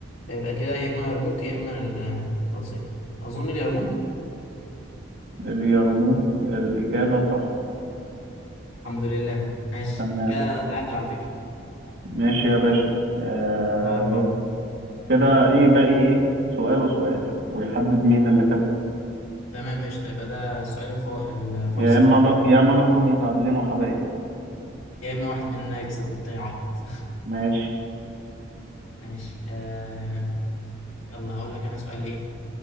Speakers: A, on the left (about 85°); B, on the right (about 55°).
A: يبقى كده يا اما يرموك يا اما القدسية اظن اليرموك
B: اليرموك الإجابة صح
A: الحمد لله ماشي
B: تمام
A: كده نتعادل على فكرة
B: ماشي يا باشا آه
A: أربعة أربعة
B: كده إيه باقي إيه؟ إيه؟ سؤال وسؤال ويحدد مين اللي كسب
A: تمام قشطة يبقى ده السؤال الف... الفيصل
B: يا إما ن- يا إما نخرج متعادلين وحبايب
A: يا اما واحد مننا يكسب والتاني يعيط
B: ماشي
A: <laughs> ماشي آه... يلا هقول لك انا سؤال ايه